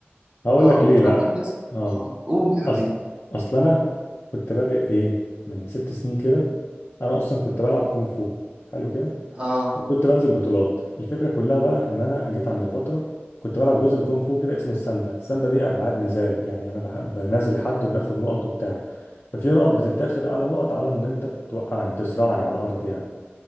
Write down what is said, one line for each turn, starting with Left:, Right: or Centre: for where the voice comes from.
Left: هقول
Right: اه
Left: لك
Right: وتكبر
Left: ليه بقى
Right: جسمك
Left: اه
Right: اه قول يا حبيبي
Left: اصل اصل انا كنت بادئ ايه من ست سنين كده انا اصلا كنت بلعب كونغ فو حلو كده
Right: اه
Left: وكنت بنزل بطولات الفكرة كلها بقى إن أنا جيت عند فترة كنت بلعب جزء من كونغ فو كده اسمه الساندا الساندا دي ألعاب نزال يعني أنا بحب بنازل حد وبناخد نقط وبتاع ففي نقط بتتاخد أعلى نقط على إن أنت توقعني تصرعني على الأرض يعني